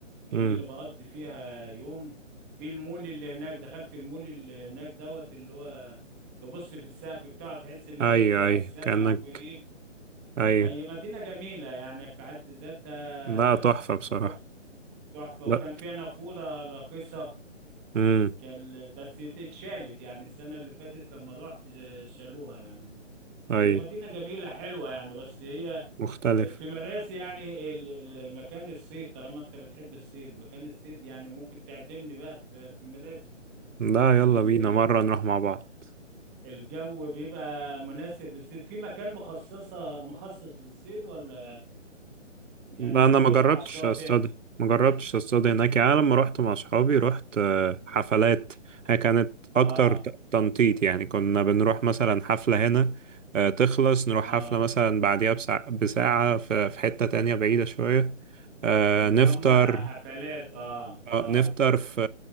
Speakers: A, in the centre; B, on the right.
A: جميلة
B: أمم
A: بقضي فيها يوم في المول اللي هناك دخلت المول اللي هناك دوت اللي هو تبص في السقف بتاعه تحس انك
B: أي
A: انت السما
B: أي كأنك
A: فوقيك
B: أي
A: ما هي مدينة جميلة يعني في حد ذاتها
B: لا تحفة بصراحة
A: وكان تحفة
B: لا
A: وكان فيها نافورة راقصة
B: أمم
A: كان بس اتشالت يعني السنة اللي فاتت لما رحت شالوها يعني
B: أي
A: هي مدينة جميلة حلوة يعني بس هي
B: مختلف
A: في مراسي يعني ال- ال- مكان الصيد طالما انت بتحب الصيد مكان الصيد يعني ممكن تعزمني بقى في في مراسي
B: لا يلا
A: ال-
B: بينا مرة نروح مع بعض
A: الجو بيبقى مناسب للصيد في مكان مخصصة مخصص للصيد ولا يعني
B: لا
A: انت
B: انا
A: بتقف
B: ما جربتش
A: على الشاطئ
B: اصطاد ما جربتش اصطاد هناك يعني أنا لما رحت مع اصحابي رحت آه، حفلات هي كانت اكتر
A: اه
B: ت- تنطيط يعني كنا بنروح مثلا حفلة هنا آه، تخلص نروح
A: اه
B: حفلة مثلا بعديها بسع- بساعة في في حتة تانية بعيدة شوية آه،
A: نظام
B: نفطر
A: حفلات اه اه
B: آه، نفطر في